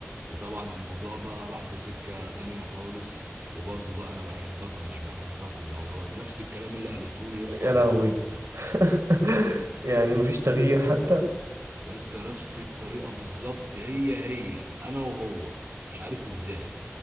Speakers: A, on the right; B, on the right.
A: وطبعا الموضوع بقى راح في سكه تانيه خالص وبرضه بقى انا بحبك ومش بحبك ومعجبه بنفس الكلام اللي قالته لي يا اسطى
B: يا
A: قالته
B: لهوي
A: له بالحرف
B: <laughs> يعني مفيش تغيير حتى
A: يا اسطى نفس الطريقه بالظبط هي هي انا وهو مش عارف ازاي